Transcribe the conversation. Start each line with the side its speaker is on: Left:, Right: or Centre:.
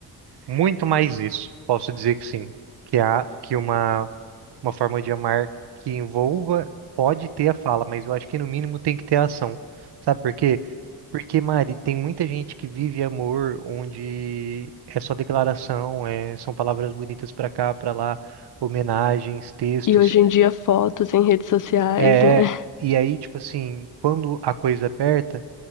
Right: Muito mais isso. Posso dizer que sim. Que há que uma, uma forma de amar que envolva pode ter a fala, mas eu acho que no mínimo tem que ter a ação. Sabe por quê? Porque, Mari, tem muita gente que vive amor onde é só declaração, é, são palavras bonitas pra cá, pra lá, homenagens, textos.
Left: E hoje em dia, fotos em redes sociais,
Right: É,
Left: né?
Right: e aí, tipo assim, quando a coisa aperta